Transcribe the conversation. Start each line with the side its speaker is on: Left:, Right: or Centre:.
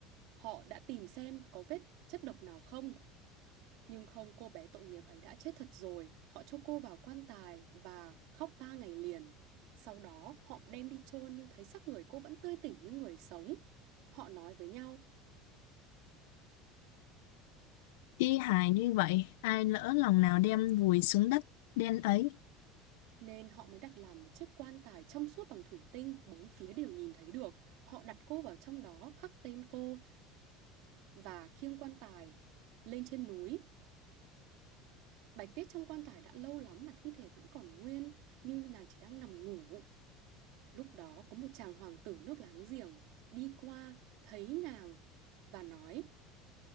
Right: họ đã tìm xem có vết chất độc nào không. Nhưng không, cô bé tội nghiệp ấy đã chết thật rồi. Họ cho cô vào quan tài và khóc ba ngày liền. Sau đó họ đem đi chôn nhưng thấy xác người cô vẫn tươi tỉnh như người sống. Họ nói với nhau,
Left: y hài như vậy, ai lỡ lòng nào đem vùi xuống đất đen ấy,
Right: Nên họ mới đặt làm một chiếc quan tài trong suốt bằng thủy tinh, bốn phía đều nhìn thấy được. Họ đặt cô vào trong đó, khắc tên cô và khiêng quan tài lên trên núi. Bạch Tuyết trong quan tài đã lâu lắm mà thi thể vẫn còn nguyên, như nàng chỉ đang nằm ngủ. Lúc đó có một chàng hoàng tử nước láng giềng đi qua, thấy nàng và nói,